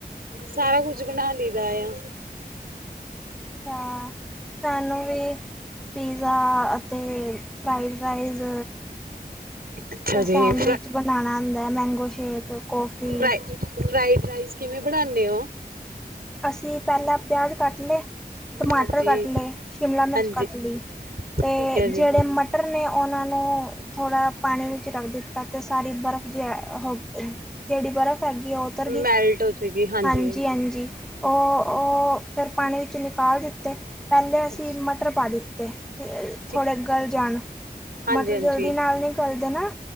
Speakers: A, on the right; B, in the centre.
A: ਸਾਰਾ ਕੁਝ ਬਣਾ ਲਈਦਾ ਯਾ
B: ਅੱਛਾ। ਸਾਨੂੰ ਵੀ ਪੀਜ਼ਾ ਅਤੇ, ਫ੍ਰਾਈਡ ਰਾਈਜ
A: ਅੱਛਾ
B: ਤੇ,
A: ਜੀ
B: ਸੈਂਡਵਿਚ
A: ਫ
B: ਬਣਾਣਾ ਆਂਦਾ ਹੈ mango shake coffee
A: fried rice ਕਿਵੇਂ ਬਣਾਂਨੇ ਓ?
B: ''ਅਸੀਂ ਪਹਿਲਾਂ ਪਿਆਜ਼ ਕੱਟ ਲਏ, ਟਮਾਟਰ
A: ਹਾਂਜੀ
B: ਕੱਟ ਲਏ, ਸ਼ਿਮਲਾ ਮਿਰਚ
A: ਹਾਂਜੀ
B: ਕੱਟ ਲਈ ਤੇ
A: ਠੀਕ ਹੈ ਜੀ
B: ਜਿਹੜੇ ਮਟਰ ਨੇ, ਉਹਨਾਂ ਨੂੰ ਥੋੜ੍ਹਾ ਪਾਣੀ ਵਿੱਚ ਰੱਖ ਦਿੱਤਾ ਤੇ, ਸਾਰੀ ਬਰਫ਼ ਜੇ ਹੋ ਜਿਹੜੀ ਬਰਫ਼ ਹੈਗੀ ਉਹ ਉੱਤਰ ਗਈ,
A: ਮੈਲਟ ਹੋ ਜਾਏਗੀ ਹਾਂਜੀ
B: ਹਾਂਜੀ-ਹਾਂਜੀ। ਉਹ-ਉਹ ਫਿਰ ਪਾਣੀ ਵਿੱਚੋ ਨਿਕਾਲ ਦਿੱਤੇ, ਪਹਿਲੇ ਅਸੀ
A: ਅੱਛਾ
B: ਮਟਰ ਪਾ ਦਿੱਤੇ
A: ਠੀਕ
B: ਥੋੜ੍ਹੇ ਗਲ ਜਾਣ।
A: ਹਾਂਜੀ
B: ਮਟਰ
A: ਹਾਂਜੀ
B: ਜਲਦੀ ਨਾਲ ਨਹੀਂ ਗਲਦੇ ਨਾ।